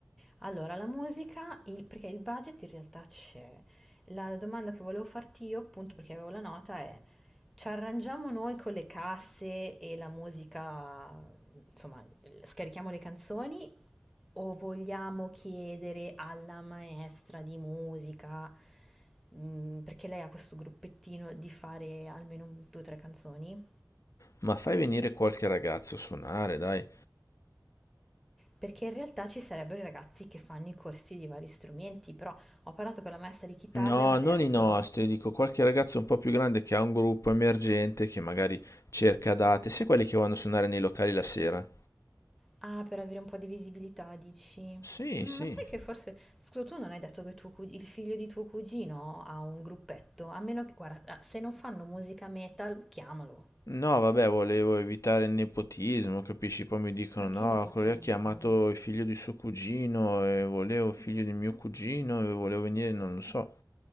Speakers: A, in the centre; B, on the left.
A: Allora, la musica, il- perché il budget in realtà c'è. La domanda che volevo farti io, appunto perché avevo la nota, è ci arrangiamo noi con le casse e la musica, insomma, scarichiamo le canzoni o vogliamo chiedere alla maestra di musica, mh, perché lei ha questo gruppettino, di fare almeno due o tre canzoni?
B: Ma fai venire qualche ragazzo a suonare, dai.
A: Perché in realtà ci sarebbero i ragazzi che fanno i corsi di vari strumenti, però... Ho parlato con la maestra di chitarra
B: No,
A: e mi ha
B: non
A: detto
B: i nostri, dico qualche ragazzo un po' più grande che ha un gruppo emergente che magari cerca date, sai quelli che vanno a suonare nei locali la sera?
A: Ah, per avere un po' di visibilità, dici?
B: Sì,
A: Mm,
B: sì.
A: Ma sai che forse... Scusa, tu non hai detto che tuo cug- il figlio di tuo cugino ha un gruppetto? A meno che... Guarda, ah, se non fanno musica metal, chiamalo.
B: No, vabbè, volevo evitare il nepotismo, capisci? Poi mi dicono,
A: Ma che
B: no,
A: nepotismo.
B: quello lì ha chiamato il figlio di suo cugino e volevo il figlio di mio cugino e volevo venire, non lo so.